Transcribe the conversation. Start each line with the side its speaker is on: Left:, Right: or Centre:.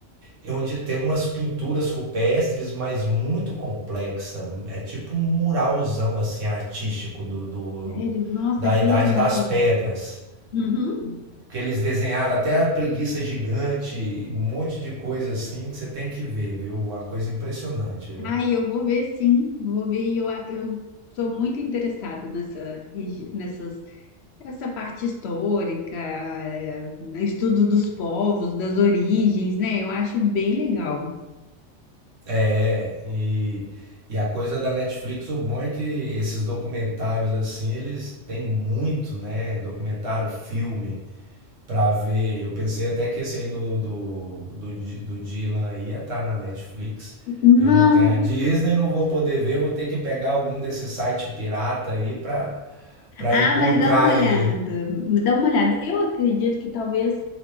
Right: e onde tem umas pinturas rupestres, mas muito complexa. É tipo um muralzão assim artístico do, do-
Left: sério, nossa,
Right: da
Left: que
Right: Idade
Left: legal.
Right: das Pedras,
Left: Uhum.
Right: que eles desenharam até a preguiça gigante, um monte de coisa assim que você tem que ver, viu? Uma coisa impressionante, viu?
Left: Ai, eu vou ver sim, vou ver. e Eu, a- eu sou muito interessada nessa, regi- nessas, essa parte histórica, eh, estudo dos povos, das origens, né? Eu acho bem legal.
Right: É, e, e a coisa da Netflix, o bom é que esses documentários assim, eles têm muito, né? Documentário, filme. Pra ver, eu pensei até que esse aí do, do, do, Di- do Dylan ia estar na Netflix.
Left: Não.
Right: Eu não tenho a Disney, não vou poder ver, vou ter que pegar algum desses site pirata aí pra para
Left: Ah,
Right: encontrar
Left: mas dá uma
Right: ele.
Left: olhada, dá uma olhada. Eu acredito que talvez